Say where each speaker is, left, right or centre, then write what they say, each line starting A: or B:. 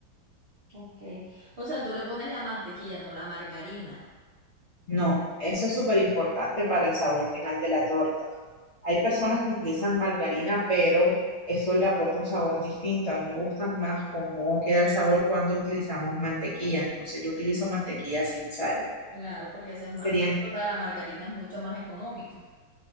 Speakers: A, on the right (about 75°); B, on the left (about 40°).
A: Ok. O sea, tú le pones la mantequilla, no la margarina.
B: No, eso es súper importante para el sabor final de la torta. Hay personas que utilizan margarina, pero eso le aporta un sabor distinto. A mí me gusta más cómo queda el sabor cuando utilizamos mantequilla. Entonces yo utilizo mantequilla sin sal.
A: Claro, porque esa es más,
B: Serían
A: o sea, la margarina es mucho más económica.